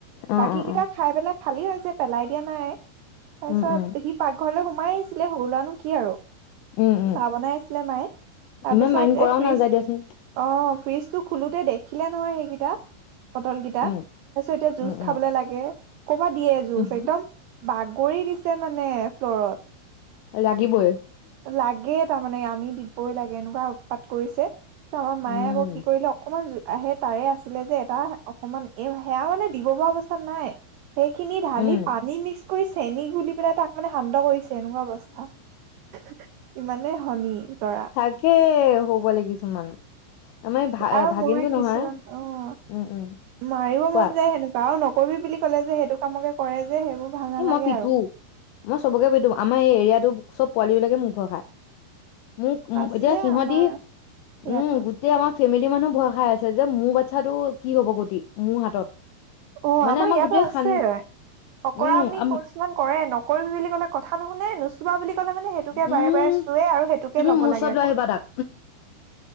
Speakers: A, on the left (about 85°); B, on the right (about 85°).
A: অ
B: বাকী
A: অ
B: কেইটা
A: অ
B: খাই পেলাই খালী লৈছে পেলাই দিয়া নাই। তাৰ
A: উম
B: পিছত
A: উম
B: সি পাকঘৰলে সোমাই আহিছিলে সৰু ল'ৰানো কি আৰু।
A: উম উম
B: চাহ বনাই আছিলে মায়ে তাৰপিছত
A: ইমান মাইণ্ড কৰাও
B: এই ফ্ৰিজ
A: নাযায় দিয়াচোন
B: অ, ফ্ৰিজটো খোলোতে দেখিলে নহয় সেইকেইটা। পটলকেইটা
A: উম
B: তাৰ পিছত এতিয়া জুচ
A: উম উম
B: খাবলৈ লাগে কৰ'বাত দিয়ে জুচ
A: উম
B: একদম বাগৰি দিছে মানে ফ্লৰত।
A: লাগিবই।
B: লাগে তাৰমানে আনি দিবই লাগে এনেকুৱা উৎপাত কৰিছে। আমাৰ মায়ে
A: উম
B: আকৌ কি কৰিলে অকণমান জুত আহে তাৰে আছিলে যে এটা অকমান এই সেয়া মানে দিব পৰা অৱস্থাত নাই। সেইখিনি ঢালি
A: উম
B: পানী মিক্স কৰি চেনি গুলি পেলাই তাক মানে শান্ত কৰিছে এনেকুৱা অৱস্থা। <unintelligible> ইমানেই শনি লৰা।
A: থাকে হ'বলে কিছুমান আমাৰ ভা
B: আৰু
A: ভাগিনটো
B: মই
A: নহয়
B: কিছুমান আহ
A: উম উম
B: মাৰিব
A: কোৱা
B: মন যায় সেনেকুৱা আৰু নকৰিবি বুলি ক'লে যে সেইটো কামকে কৰে যে সেইবোৰ ভাল নালাগে
A: এ মই পিটো
B: আৰু
A: মই চবকে পিটো আমাৰ এই এৰিয়াটো চব পোৱালী বিলাকে মোক ভয় খায়। মোক
B: আছে
A: এতিয়া সিহঁতি
B: আমাৰ ইয়াতো।
A: উম, গোটেই আমাৰ ফেমিলি মানুহ ভয় খাই আছে যে মোৰ বাচ্ছাটো কি হব গটি মোৰ হাতত।
B: অ,
A: মানে
B: আমাৰ ইয়াতো
A: গোটেই
B: আছে
A: খান
B: অ,
A: উম,
B: কৰা বুলি
A: আম
B: কছুমান কৰে নকৰিবি বুলি ক'লে কথা নুশুনে নুচোবা বুলি কলে মানে সেইটোকে
A: উম,
B: বাৰে-বাৰে চুৱে আৰু সেইটোকে
A: তুমি
B: ল'ব
A: মোৰ
B: লাগে
A: ওচৰত
B: আকৌ।
A: লৈ আহিবা তাক।